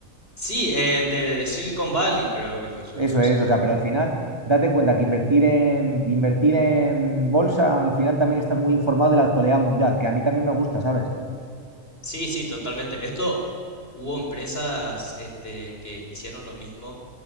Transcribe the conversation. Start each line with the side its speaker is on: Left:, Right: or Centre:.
Left: Sí, en del Silicon Valley creo que fue su
Right: Eso
Left: empresa.
Right: es, o sea, pero al final, date cuenta que invertir en, invertir en bolsa, al final también estás muy informado de la actualidad mundial, que a mí también me gusta, ¿sabes?
Left: Sí, sí, totalmente. Esto hubo empresas este que hicieron lo mismo